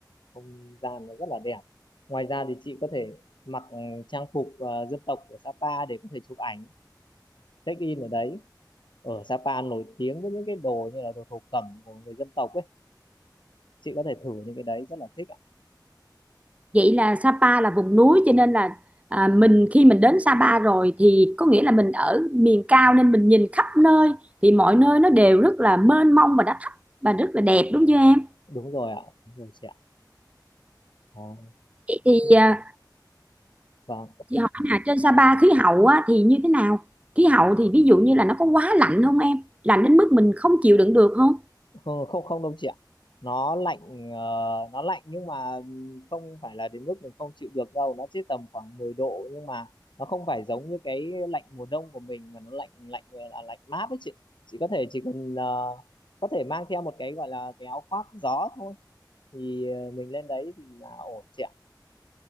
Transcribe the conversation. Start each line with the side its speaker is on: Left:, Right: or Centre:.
Left: không gian nó rất là đẹp ngoài ra thì chị có thể mặc ừ, trang phục ờ, dân tộc của Sapa để có thể chụp ảnh check in ở đấy ở Sapa nổi tiếng với những cái đồ như là đồ thổ cẩm của người dân tộc ấy chị có thể thử những cái đấy rất là thích ạ
Right: vậy là Sapa là vùng núi cho nên là à, mình khi mình đến Sapa rồi thì có nghĩa là mình ở miền cao nên mình nhìn khắp nơi thì mọi nơi nó đều rất là mênh mông và đã thấp và rất là đẹp đúng chưa em
Left: đúng rồi ạ đúng rồi chị ạ à,
Right: vậy thì
Left: thích.
Right: à,
Left: vâng
Right: chị hỏi là trên Sapa khí hậu á, thì như thế nào khí hậu thì ví dụ như là nó có quá lạnh không em lạnh đến mức mình không chịu đựng được không
Left: không không không đâu chị ạ nó lạnh ờ, nó lạnh nhưng mà không phải là đến mức mình không chịu được đâu nó chỉ tầm khoảng 10 độ nhưng mà nó không phải giống như cái lạnh mùa đông của mình mà nó lạnh lạnh là lạnh mát đấy chị chị có thể chỉ cần ờ, có thể mang theo một cái gọi là cái áo khoác gió thôi thì ờ, mình lên đấy thì là ổn chị ạ